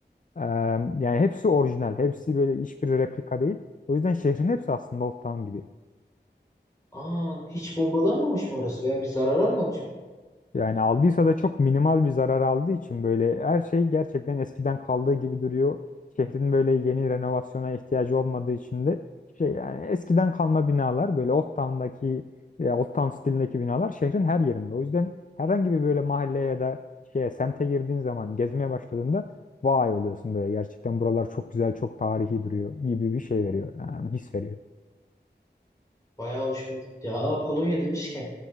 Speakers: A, on the left; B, on the left.
A: eee, yani hepsi orijinal hepsi böyle hiçbir replika değil. O yüzden şehrin hepsi aslında Old Town gibi.
B: Aa hiç bombalanmamış mı orası veya bir zarar almamış mı?
A: Yani aldıysa da çok minimal bir zarar aldığı için böyle her şey gerçekten eskiden kaldığı gibi duruyor. Şehrin böyle yeni renovasyona ihtiyacı olmadığı için de şey yani eskiden kalma binalar böyle Old Town'daki e, Old Town stilindeki binalar şehrin her yerinde. O yüzden herhangi bir böyle mahalleye ya da şeye semte girdiğin zaman gezmeye başladığında vay oluyorsun böyle gerçekten buralar çok güzel çok tarihi duruyor gibi bir şey veriyor yani his veriyor.
B: Bayağı hoşuma gitti. ya. Aa, Polonya demişken